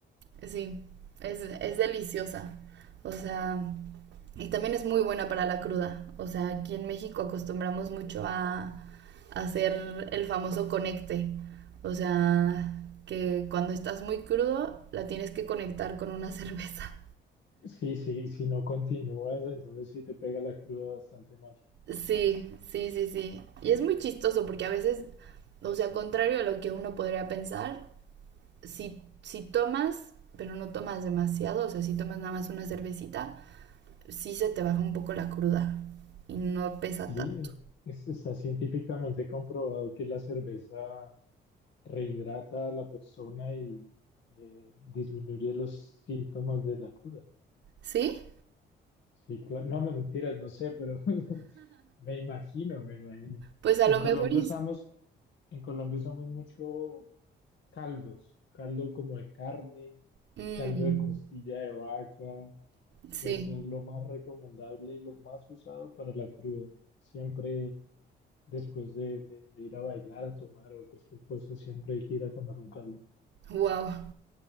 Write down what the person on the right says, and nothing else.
Sí, es, es deliciosa. O sea, y también es muy buena para la cruda. O sea, aquí en México acostumbramos mucho a, a hacer el famoso conecte. O sea, que cuando estás muy crudo la tienes que conectar con una <laughs> cerveza.
Sí, sí, sí, sí. Y es muy chistoso porque a veces, o sea, contrario a lo que uno podría pensar, si, si tomas, pero no tomas demasiado, o sea, si tomas nada más una cervecita, sí se te baja un poco la cruda y no pesa
tanto.
¿Sí?
Pues a
lo
mejor es...
Mm,
sí,
wow,